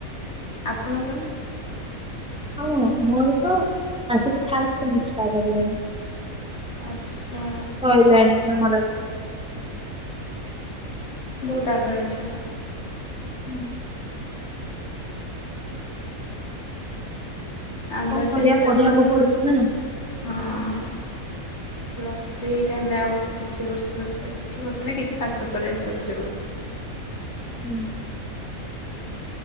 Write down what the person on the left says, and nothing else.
ଆପଣଙ୍କର?
ଆଛା।
ବହୁତ ଆଗରେ ଅଛ ଆଉ।
ଆମର
ତ ଏତେବେଳୁ
ହଁ ପ୍ଲସ୍ ଥ୍ରୀ ଟା ଆମେ ଆଉ କିଛି ବର୍ଷ ପରେ ସରି କିଛି ବର୍ଷ ନାଇଁ କିଛି ମାସ ପରେ ସରିଯିବ।